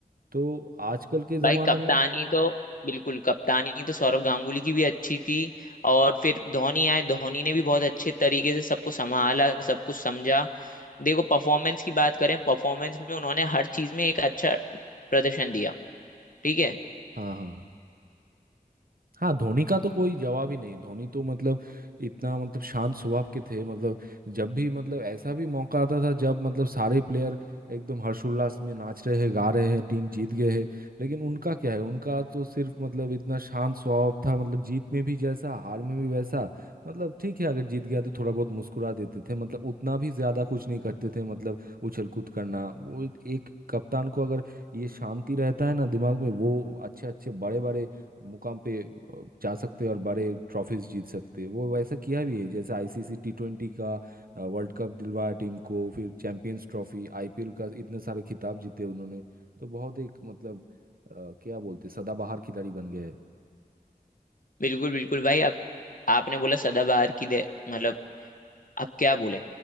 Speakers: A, on the right (about 65°); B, on the left (about 60°).
A: तो आजकल के ज़माने
B: भाई कप्तानी
A: में
B: तो बिल्कुल कप्तानी तो सौरव गांगुली की भी अच्छी थी और फिर धोनी आए धोनी ने भी बहुत अच्छे तरीके से सबको संभाला सब कुछ समझा देखो परफॉर्मेंस की बात करें परफॉर्मेंस में उन्होंने हर चीज में एक अच्छा प्रदर्शन दिया ठीक है
A: हाँ हाँ हाँ धोनी का तो कोई जवाब ही नहीं धोनी तो मतलब इतना मतलब शांत स्वभाव के थे मतलब जब भी मतलब ऐसा भी मौका आता था जब मतलब सारे प्लेयर एकदम हर्षोल्लास में नाच रहे हैं गा रहे हैं टीम जीत गए हैं लेकिन उनका क्या है उनका तो सिर्फ मतलब इतना शांत स्वभाव था मतलब जीत में भी जैसा हार में भी वैसा मतलब ठीक है अगर जीत गया तो थोड़ा बहुत मुस्कुरा देते थे मतलब उतना भी ज्यादा कुछ नहीं करते थे मतलब उछल कूद करना वो एक कप्तान को अगर ये शांति रहता है ना दिमाग में वो अच्छे अच्छे बड़े बड़े मुकाम पे अ, जा सकते हैं और बड़े ट्रॉफीज जीत सकते हैं। वो वैसा किया भी है जैसे आईसीसी टी ट्वेंटी का वर्ल्ड कप दिलवाया टीम को फिर चैंपियंस ट्रॉफी आईपीएल का इतने सारे खिताब जीते उन्होंने तो बहुत एक मतलब अ, क्या बोलते हैं, सदाबहार खिलाड़ी बन गए हैं।
B: बिल्कुल बिल्कुल भाई अब आपने बोला सदाबहार की दे मतलब अब क्या बोले